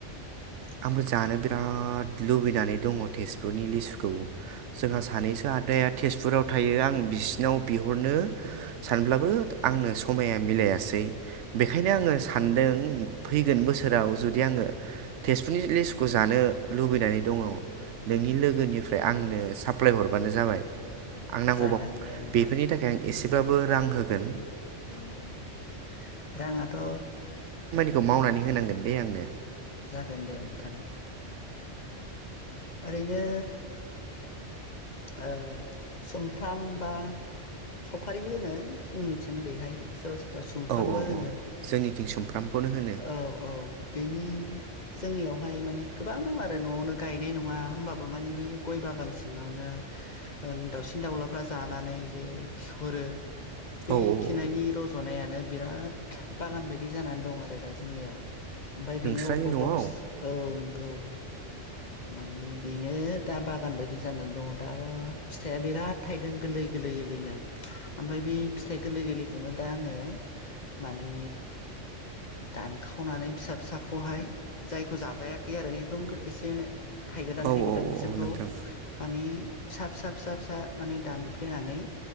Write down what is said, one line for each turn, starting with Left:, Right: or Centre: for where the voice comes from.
Left: <inaudible>
Right: आंबो जानो बिराद लुबैनानै दङ' थेजपुरनि लिसुखौ। जोंहा सानैसो आदाया थेजपुराव थायो आं बिसिनाव बिहुरनो सानब्लाबो आंनो समाया मिलायासै। बेखायनो आङो सानदों फैगोन बोसोराव जुदि आङो तेजपुरनि लिसुखौ जानो लुबैनानै दङ'। नोंनि लोगोनिफ्राय आंनो साप्लाय हरबानो जाबाय। आं नांगौबा
Left: जागोन दे नोंथां
Right: बेफोरनि थाखाय आं एसेब्लाबो रां होगोन।
Left: औ औ राङाथ'
Right: खो‌ मावनानै होनांगोन दे आंनो।
Left: जागोन दे नोंथां ओरैनो। ओ सुमफ्राम बा सफारिबो होनो जोंनिथिं ओरैहाय सोरबा सोर बा सुमफ्रामबो
Right: औ औ
Left: होनो
Right: औ जोंनिथिं सुमफ्रामखौनो होनो
Left: औ औ बेनि जोंनियावहाय माने गोबां दं आरो न'आवनो गायनाय नङा होमबाबो माने बे गय बागान सिङावनो। ओन दाउसिन दाउलाफ्रा जानानै जे खिहरो। बेै
Right: औ औ
Left: खिनायनि
Right: औ
Left: रज'नायानो बिराद बागान बायदि जानानै दं आरो दा जोंनियाव। ओमफ्राय
Right: नोंस्रानि
Left: बेनो अबबा
Right: न'आव
Left: अबबा
Right: औ
Left: औ नंगौ। मानि बेनो दा बागान बायदि जानानै दङ दाबा फिथाइया बिराद थाइदों गोरलै गोरलै गोरलैनो। ओमफ्राय बे फिथाइ गोरलै गोरलैखौनो दा आङो माने दानखावनानै फिसा फिसाखौहाय जायखौ जाजायाखै आरो एकदम एसे थाइगोदान-थाइगोदान
Right: औ
Left: बिसोरखौ
Right: नोंथां
Left: माने फिसा फिसा फिसा फिसा माने दानफ्लेनानै